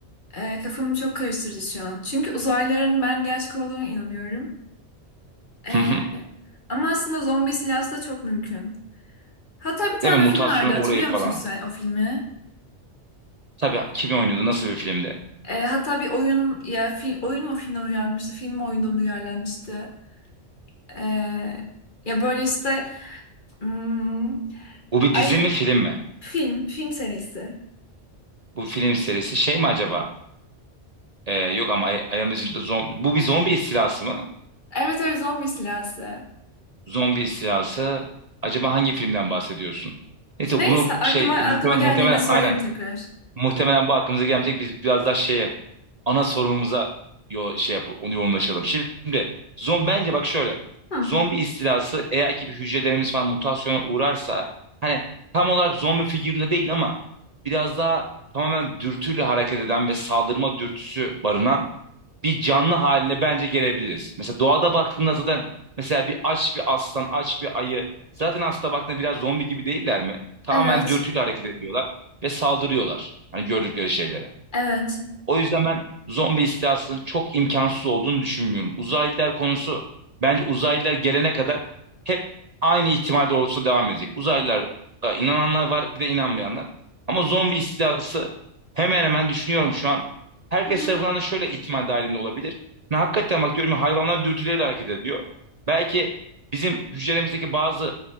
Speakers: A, on the left (about 45°); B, on the right (about 40°).
A: e, kafamı çok karıştırdı şu an. Çünkü uzaylıların ben gerçek olduğuna inanıyorum. E,
B: Hı hı.
A: ama aslında zombi silahsı da çok mümkün. Hatta bir tane
B: Değil mi? mutasyonu
A: film vardı hatırlıyor
B: orayı falan.
A: musun sen o filmi?
B: Tabii kim oynuyordu? Nasıl bir filmdi?
A: E, hatta bir oyun ya fi, oyun mu filmden uyarlanmıştı? Film mi oyundan uyarlanmıştı? E, ya böyle işte hmm,
B: Bu bir
A: ay
B: dizi mi film mi?
A: film film serisi.
B: Bu film serisi şey mi acaba? Ee, yok ama Ay Ayağımın Ucunda Zombi. Bu bir zombi istilası mı?
A: Evet evet zombi silahsı.
B: Zombi istilası. Acaba hangi filmden bahsediyorsun? Neyse
A: Neyse
B: bunu
A: aklıma
B: şey
A: aklıma
B: muhtemelen,
A: geldiğinde
B: muhtemelen
A: söylerim
B: aynen.
A: tekrar.
B: Muhtemelen bu aklımıza gelmeyecek. Biz biraz daha şeye ana sorunumuza yo şey yap onu yoğunlaşalım. Şimdi zom bence bak şöyle.
A: Hı.
B: Zombi istilası eğer ki bir hücrelerimiz falan mutasyona uğrarsa hani tam olarak zombi figüründe değil ama biraz daha tamamen dürtüyle hareket eden ve saldırma dürtüsü barınan bir canlı haline bence gelebiliriz. Mesela doğada baktığında zaten mesela bir aç bir aslan, aç bir ayı zaten aslında baktığında biraz zombi gibi değiller mi? Tamamen
A: Evet.
B: dürtüyle hareket ediyorlar ve saldırıyorlar. Hani gördükleri şeylere.
A: Evet.
B: O yüzden ben zombi istilasının çok imkansız olduğunu düşünmüyorum. Uzaylılar konusu bence uzaylılar gelene kadar hep aynı ihtimal doğrultusunda devam edecek. Uzaylılara inananlar var bir de inanmayanlar. Ama zombi istilası hemen hemen düşünüyorum şu an. Herkes
A: Hı hı.
B: tarafından da şöyle ihtimal dahilinde olabilir. Ne hakikaten bak diyorum ya hayvanlar dürtüleyle hareket ediyor. Belki bizim hücremizdeki bazı